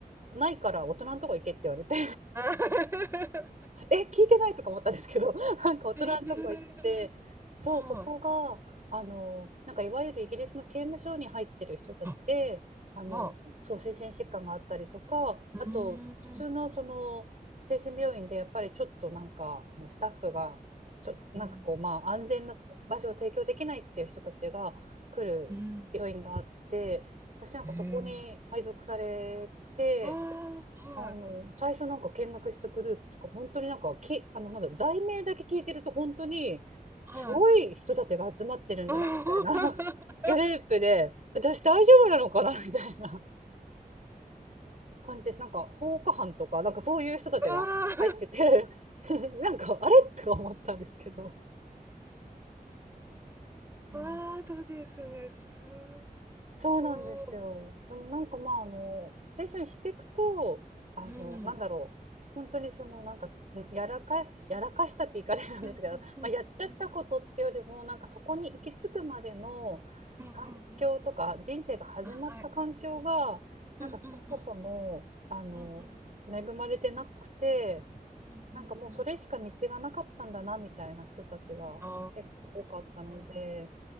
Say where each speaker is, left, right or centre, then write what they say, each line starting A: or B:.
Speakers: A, on the right; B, on the right.
A: ないから大人のとこ行けって言われて
B: <laughs> へ
A: え聞いてないとか思ったんですけど <laughs> なんか大人のとこ行ってそうそこがあのなんかいわゆるイギリスの刑務所に入ってる人たちであのそう精神疾患があったりとかあと普通のその精神病院でやっぱりちょっとなんかあのスタッフがちょなんかこうまあ安全な場所を提供できないっていう人たちが来る病院があって私なんかそこに配属されて。
B: ーはい。あ、わあ。うーん。うん。うんええああ、はい、
A: あの最初なんか見学したグループとか本当になんかきあのなんだろう罪名だけ聞いてると本当にすごい人たちが集まってるんだなみたいな
B: はい。<laughs>
A: <laughs> グループで私大丈夫なのかな <laughs> みたいな感じですなんか放火犯とかなんかそういう人たちが入ってて
B: ああ、
A: <laughs> なんかあれとか思ったんですけど、
B: <laughs>
A: うん
B: ああ、そうですね。すっ
A: そうなんですよ。
B: ご
A: でもなんかまああの青春していくとあのなんだろう本当にそのなんかやらかしやらかしたって言い方なんですけど、
B: い。うん。うんうんうんうん
A: <laughs> まあ、やっちゃったことってよりもなんかそこに行き着くまでの環境とか人生が始まった環境がなんかそもそもあの恵まれてなくて
B: うんうんうん。あ、はい。うんうんうんうんうんうんうんうん。
A: なんかもうそれしか道がなかったんだなみたいな人たちが結構多かったので。
B: ああ、